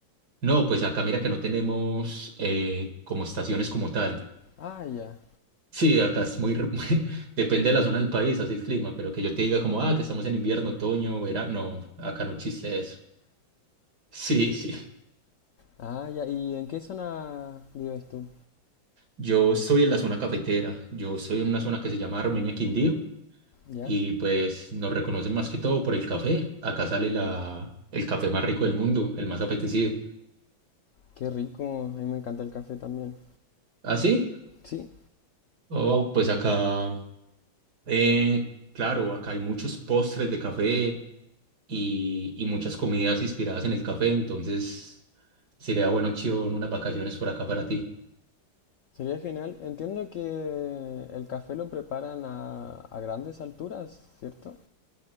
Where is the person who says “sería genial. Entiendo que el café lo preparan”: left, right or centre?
Left